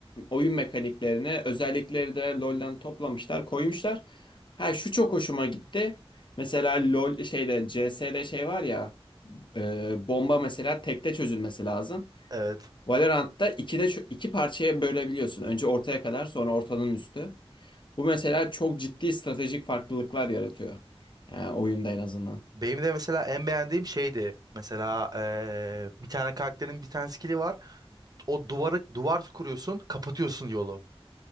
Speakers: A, on the left (about 50°); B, on the right (about 40°).
A: oyun mekaniklerini, özellikleri de LoL'den toplamışlar, koymuşlar. Ha şu çok hoşuma gitti. Mesela LoL şeyde CS'de şey var ya e, bomba mesela tekte çözülmesi lazım.
B: Evet.
A: Valorant'ta ikide çö- iki parçaya bölebiliyorsun. Önce ortaya kadar sonra ortanın üstü. Bu mesela çok ciddi stratejik farklılıklar yaratıyor. Yani oyunda en azından.
B: Benim de mesela en beğendiğim şeydi. Mesela eee, bir tane karakterin bir tane skill'i var. O duvarı duvar kuruyorsun, kapatıyorsun yolu.